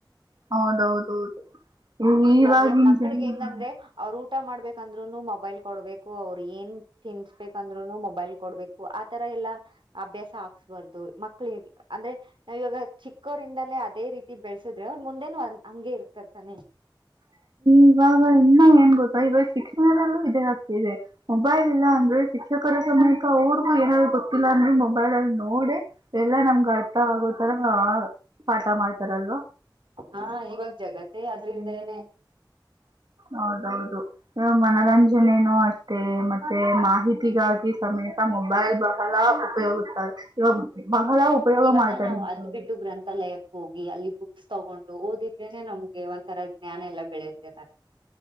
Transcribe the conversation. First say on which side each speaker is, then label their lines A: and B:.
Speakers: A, on the right; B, on the right.
A: ಹೌದೌದೌದು ಇವಾಗಿನ್
B: ಇವಾಗ ಮಕ್ಳಿಗೆ
A: ಜನ
B: ಹೆಂಗಂದ್ರೆ ಅವರು ಊಟ ಮಾಡ್ಬೇಕಂದ್ರುನು ಮೊಬೈಲ್ ಕೊಡ್ಬೇಕು ಅವ್ರ ಏನ್ ತಿನ್ಸ್ಬೇಕಂದ್ರರು ಮೊಬೈಲ್ ಕೊಡ್ಬೇಕು ಆತರ ಎಲ್ಲಾ ಅಭ್ಯಾಸ ಹಾಕ್ಸ್ಬಾರ್ದು ಮಕ್ಕಳಿಗೆ ಅಂದ್ರೆ ನಾವ ಇವಾಗ ಚಿಕ್ಕವ ್ರಂದಲೇ ಅದೇ ರೀತಿ ಬೆಳೆಸಿದ್ರೆ ಅವ್ರು ಮುಂದೆನು ಹಂಗಗೆ ಇರ್ತರ್ತಾನೆ
A: ಇವಾಗ ಇನ್ನ ಏನ್ ಗೊತ್ತಾ ಇವಾಗ ಶಿಕ್ಷಣದಲ್ಲೂ ಇದೇ ಆಗ್ತಿದೆ ಮೊಬೈಲ್ ಇಲ್ಲಾ ಅಂದ್ರೆ ಶಿಕ್ಷಕರ ಸಮೇತ ಅವ್ರಿಗೂ ಏನಾದ್ರು ಗೊತ್ತಿಲ್ಲ ಅಂದ್ರೆ ಮೊಬೈಲ್ ಅಲ್ಲಿ ನೋಡಿ ಎಲ್ಲಾ ನಮ್ಗ ಅರ್ಥ ಆಗುತ್ತ ಎ ಪಾಠ ಮಾಡ್ತಾರಲ್ವಾ
B: ಹಾ ಇವಾಗ ಜಗತ್ತೇ ಅದ್ರಿಂದ ಏನೆೇ
A: ಹೌದೌದು ಮನರಂಜನೆನೂ ಅಷ್ಟೇ ಮತ್ತೆ ಮಾಹಿತಿಗಾಗಿ ಸಮೇ ಮೊಬೈಲ್ ಬಹಳ ಉಪಯೋಗ ಇವಾಗ ಬಹಳ ಉಪಯೋಗ
B: ಇವಾಗ
A: ಮಾಡ್ತಾರೆ
B: ನಾವ್
A: ನಿಜವಾಗಿ
B: ಅದ್ ಬಿಟ್ಟು ಗ್ರಂಥಾಲಯಕ್ ಹೋಗಿ ಅಲ್ಲಿ ಬುಕ್ಸ್ ತಗೊಂಡ ಓದಿದ್ರೆನೆ ನಮ್ಗೆ ಒಂಥರ ಜ್ಞಾನ ಎಲ್ಲಾ ಬೆಳೆತೇ ತಾನೆ